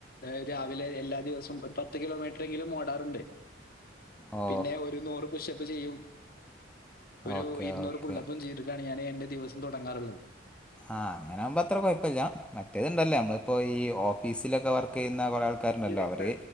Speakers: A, on the left (about 50°); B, in the centre.
A: ഏഹ് ഒര് രാവിലെ എല്ലാ ദിവസവും ഒരു പത്ത് കിലോമീറ്ററെങ്കിലും ഓടാറുണ്ട്.
B: ഓ
A: പിന്നെ ഒരു നൂറ് പുഷപ്പ് ചെയ്യും ഒരു
B: ഓക്കെ
A: ഇരുന്നൂറ്
B: ഓക്കെ
A: പുള്ളപ്പും ചയ്തിട്ടാണ് ഞാൻ എന്റെ ദിവസം തുടങ്ങാറുള്ളത്.
B: ആഹ് അങ്ങന ആവുമ്പോ അത്ര കുഴപ്പ്ല്ല മറ്റേത്ണ്ടല്ലോ നമ്മളിപ്പോ ഈ ഓഫീസിലൊക്കെ വർക്കെയ്യുന്ന കുറെ ആൾ ക്കാര്ണ്ടല്ലോ
A: എക്സർ
B: അവര്